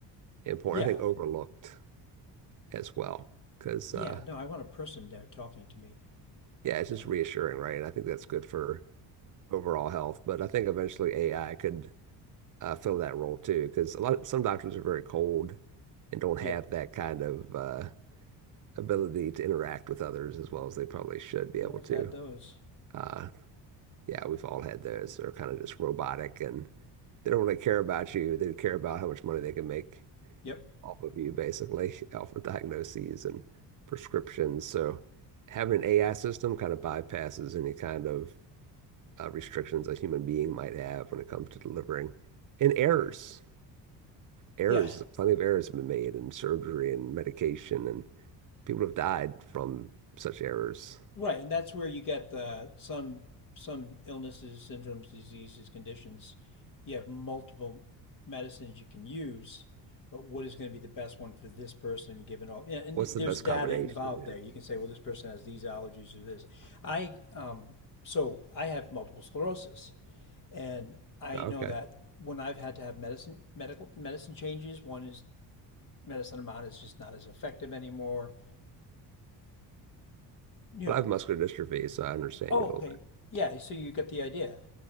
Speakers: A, on the right (about 45°); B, on the left (about 50°).
A: important.
B: Yeah,
A: I think overlooked as well. Because,
B: yeah,
A: uh,
B: no, I want a person there talking to me.
A: yeah, it's
B: And
A: just reassuring, right? And I think that's good for overall health. But I think eventually AI could uh, fill that role too, because a lot some doctors are very cold and don't
B: yeah,
A: have that kind of uh, ability to interact with others as well as they probably should
B: yeah
A: be able
B: I've
A: to.
B: had those.
A: Uh, yeah, we've all had those. They're kind of just robotic and they don't really care about you. They care about how much money they can make
B: Yep.
A: off of you, basically, <laughs> off of diagnoses and prescriptions. So having an AI system kind of bypasses any kind of uh, restrictions a human being might have when it comes to delivering. And errors, errors,
B: Yeah,
A: plenty of errors have been made in surgery and medication, and people have died from such errors.
B: Right, and that's where you get the some some illnesses, syndromes, diseases, conditions. You have multiple medicines you can use, but what is going to be the best one for this person given all? Yeah, and
A: What's the
B: there's
A: best
B: data
A: combination?
B: involved there. You can say, well, this person has these allergies or this. I um, so I have multiple sclerosis, and I
A: Okay.
B: know that when I've had to have medicine medical medicine changes, one is medicine I'm on is just not as effective anymore. You know,
A: Well, I have muscular dystrophy, so I understand
B: oh
A: you a little
B: okay,
A: bit.
B: yeah. So you get the idea.